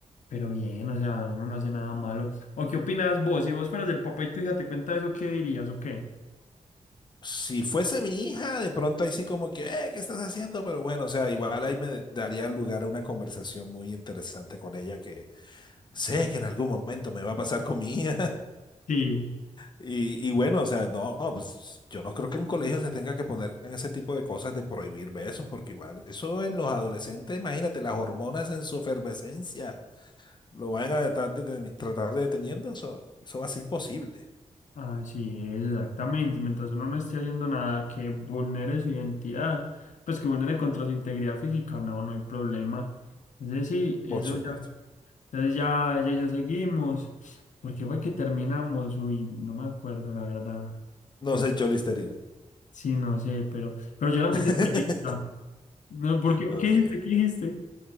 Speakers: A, on the left; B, on the left.
A: Pero bien, o sea, uno no hace nada malo. ¿O qué opinas vos? Si vos fueras el papá y tu hija te cuenta eso, ¿qué dirías o qué?
B: si fuese mi hija, de pronto ahí sí como que, eh, ¿qué estás haciendo? Pero bueno, o sea, igual ahí me daría lugar a una conversación muy interesante con ella que sé que en algún momento me va a pasar con mi hija.
A: Sí.
B: Y, y bueno, o sea, no, pues yo no creo que un colegio se tenga que poner en ese tipo de cosas de prohibir besos, porque igual eso en los adolescentes, imagínate, las hormonas en su efervescencia lo van a tratar de, deten- tratar de deteniendo, eso, eso va a ser imposible,
A: Ah, sí, exactamente. Y mientras uno no esté haciendo nada que vulnere su identidad, pues que vulnere contra su integridad física, no, no hay problema. Entonces sí, eso
B: por supuesto.
A: ya. Entonces ya, ya, ya seguimos. ¿Por qué fue que terminamos? Uy, no me acuerdo, la verdad.
B: No
A: ¿Qué
B: se echó Listerine.
A: Sí, no sé, pero, pero yo era muy
B: <laughs>
A: detallista. No, ¿por qué?
B: Ok.
A: ¿Qué dijiste? ¿Qué dijiste?